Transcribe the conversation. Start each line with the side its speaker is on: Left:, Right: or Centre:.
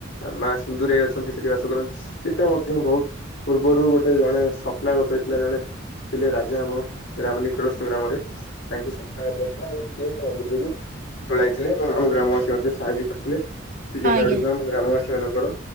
Left: ଆଉ ମା ସିନ୍ଦୁରେଇ ଅଛନ୍ତି ସେଠି ବାସ କରନ୍ତି। ସେଟା ମଧ୍ୟ ବହୁତ୍ ପୂର୍ବରୁ ଗୋଟେ ଜଣେ ସ୍ୱପ୍ନା ଗତ ହେଇଥିଲା ଜଣେ ଥିଲେ ରାଜା ଆମ ଗ୍ରାମ ନିକଟସ୍ଥ ଗ୍ରାମରେ। ତାଙ୍କୁ ସ୍ୱପ୍ନାଗତ ହେଇଥିଲା <unintelligible> ତୁଳାଇଥିଲେ ଏବଂ ଆମ ଗ୍ରାମବାସୀ ମଧ୍ୟ ସାହାଯ୍ୟ କରିଥିଲେ। ସେ ଜାଗା
Right: ଆଜ୍ଞା ଆଜ୍ଞା ଆଜ୍ଞା ଆଜ୍ଞା
Left: ଗୁଡିକ ଗ୍ରାମବାସୀ ମାନଙ୍କର।